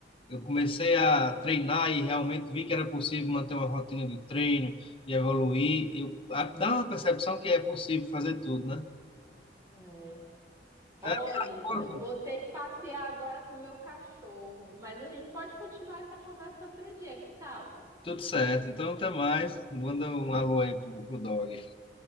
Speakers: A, on the left; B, on the right.
A: eu comecei a treinar e realmente vi que era possível manter uma rotina de treino e evoluir, eu a- dá uma percepção que é possível fazer tudo, né?
B: É. Olhe,
A: É, pô,
B: eu vou ter que passear agora com o meu cachorro, mas a gente pode continuar essa conversa outro dia, que tal?
A: tudo certo. Então, até mais. Manda um alô aí pro, pro dog.